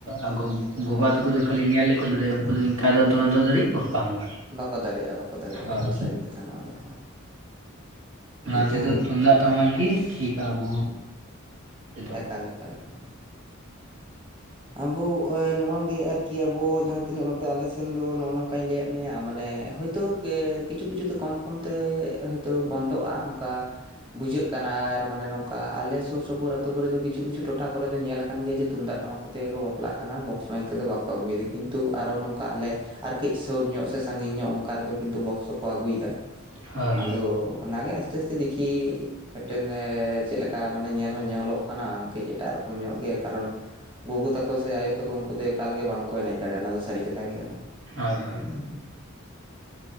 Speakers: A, on the right; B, on the right.
A: ᱟᱠᱚ ᱜᱳᱜᱳ ᱛᱟᱠᱚ ᱫᱚ ᱠᱷᱟᱹᱞᱤ ᱧᱮᱞ ᱜᱮᱠᱚ ᱫᱟᱲᱮᱭᱟᱜᱼᱟ ᱩᱱᱠᱩ ᱫᱚ ᱤᱱᱠᱟ ᱫᱚ ᱫᱚᱱ ᱫᱚ ᱫᱟᱲᱮᱜ ᱟᱠᱚ ᱵᱟᱝ-ᱟ
B: ᱵᱟᱠᱚ ᱫᱟᱲᱮᱭᱟᱜᱼᱟ ᱵᱟᱠᱚ ᱫᱟᱲᱮᱭᱟᱜᱼᱟ
A: ᱦᱳᱭ
B: ᱮᱠᱟᱞ ᱥᱟᱹᱨᱤ ᱠᱟᱛᱷᱟ ᱱᱚᱣᱟ ᱫᱚ
A: ᱚᱱᱟ
B: ᱥᱩᱫᱷᱩ
A: ᱛᱮᱫᱚ ᱛᱩᱢᱫᱟᱜ ᱴᱟᱢᱟᱠ ᱜᱮ ᱴᱷᱤᱠ ᱟᱵᱚ᱾ ᱛᱮᱫᱚ
B: ᱮᱠᱟᱞ ᱮᱠᱟᱞ ᱮᱠᱟᱞ ᱟᱵᱚ ᱱᱚᱣᱟ ᱜᱮ ᱟᱨᱠᱤ ᱟᱵᱚ ᱡᱟᱦᱟᱸ ᱛᱤᱱᱟᱹᱜ ᱱᱚ ᱛᱮ ᱟᱞᱮ ᱥᱮᱱ ᱫᱚ ᱱᱚᱜᱼᱚ ᱱᱚᱝᱠᱟᱧ ᱞᱟᱹᱭᱟᱫ ᱢᱮᱭᱟ ᱢᱟᱱᱮ ᱦᱚᱭᱛᱳ ᱠᱤᱪᱷᱩ ᱠᱤᱪᱷᱩ ᱛᱮ ᱠᱚᱢ ᱠᱚᱢᱛᱮ, ᱛᱚ ᱵᱚᱱᱫᱚᱜᱼᱟ ᱚᱱᱠᱟ᱾ ᱵᱩᱡᱷᱟᱹᱜ ᱠᱟᱱᱟ ᱟᱨ ᱢᱟᱱᱮ ᱱᱚᱝᱠᱟ ᱟᱞᱮ ᱥᱳᱨ ᱥᱳᱯᱳᱨ ᱟᱛᱳ ᱠᱚᱨᱮ ᱫᱚ ᱠᱤᱪᱷᱩ ᱠᱤᱪᱷᱩ ᱴᱚᱴᱷᱟ ᱠᱚᱨᱮ ᱫᱚ ᱧᱮᱞ ᱟᱠᱟᱱ ᱜᱮᱭᱟ ᱛᱩᱢᱫᱟᱜ ᱴᱟᱢᱟᱠ ᱠᱚᱛᱮ ᱜᱮᱠᱚ ᱵᱟᱯᱞᱟᱜ ᱠᱟᱱᱟ ᱵᱚᱠᱥ ᱢᱟᱭᱤᱠ ᱠᱚᱫᱚ ᱵᱟᱠᱚ ᱟᱹᱜᱩᱭᱮᱫᱟ ᱠᱤᱱᱛᱩ ᱟᱨᱚ ᱱᱚᱝᱠᱟ ᱟᱞᱮ ᱟᱨ ᱠᱟᱹᱡ ᱥᱳᱨ ᱧᱚᱜ ᱥᱮ ᱥᱟᱺᱜᱤᱧ ᱧᱚᱜ ᱚᱱᱠᱟ ᱨᱮᱫᱚ ᱠᱤᱱᱛᱩ ᱵᱚᱠᱥᱚ ᱠᱚᱠᱚ ᱟᱹᱜᱩᱭᱫᱟ᱾
A: ᱦᱳᱭ
B: ᱟᱫᱚ ᱚᱱᱟᱜᱮ ᱟᱥᱛᱮ ᱟᱥᱛᱮ ᱫᱤᱠᱷᱤ ᱢᱤᱫᱴᱮᱱ ᱪᱮᱫ ᱞᱮᱠᱟ ᱢᱟᱱᱮ ᱧᱮᱞ ᱦᱚᱸ ᱧᱮᱞᱚᱜ ᱠᱟᱱᱟ ᱠᱟᱹᱡ ᱮᱴᱟᱜ ᱨᱚᱠᱚᱢ ᱧᱚᱜ ᱜᱮ ᱠᱟᱨᱚᱱ, ᱜᱳᱜᱳ ᱛᱟᱠᱚ ᱥᱮ ᱟᱭᱳ ᱛᱟᱠᱚ ᱩᱱᱠᱩ ᱫᱚ ᱮᱠᱟᱞ ᱜᱮ ᱵᱟᱝᱠᱚ ᱮᱱᱮᱡ ᱫᱟᱲᱮᱭᱟᱜᱼᱟ ᱚᱱᱟ ᱫᱚ ᱥᱟᱹᱨᱤ ᱠᱟᱛᱷᱟ ᱜᱮ ᱠᱟᱱᱟ᱾
A: ᱦᱳᱭ ᱦᱳᱭ
B: <unintelligible>